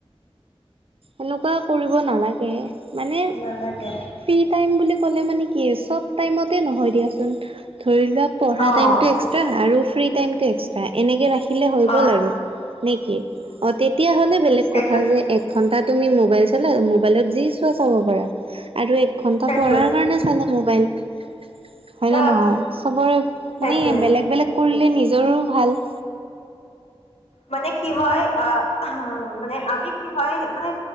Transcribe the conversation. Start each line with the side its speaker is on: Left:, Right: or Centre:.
Right: এনেকুৱা কৰিব নালাগে মানে,
Left: নালাগে
Right: ফ্ৰি টাইম বুলি ক'লে মানে কি চব টাইমতে নহয়, দিয়াচোন ধৰি লোৱা পঢ়া
Left: অ',
Right: টাইমটো এক্সট্ৰা আৰু ফ্ৰী টাইমটো এক্সট্ৰা এনেকে ৰাখিলে হৈ গ'ল
Left: অ',
Right: আৰু। নে কি অ', তেতিয়া হ'লে বেলেগ
Left: সেইটোৱে
Right: কথা যে ঘণ্টা তুমি মোবাইল চালা মোবাইলত যি চোৱা চাব পাৰা, আৰু এক ঘণ্টা
Left: সেইটোৱে
Right: পঢ়াৰ কাৰণে চালে মোবাইল হয় নে
Left: অ',
Right: নহয়? চবৰে
Left: সেইটোৱে
Right: মানে বেলেগ বেলেগ কৰিলে নিজৰো ভাল।
Left: মানে কি হয়, আহ, মানে আমি কি হয়, মানে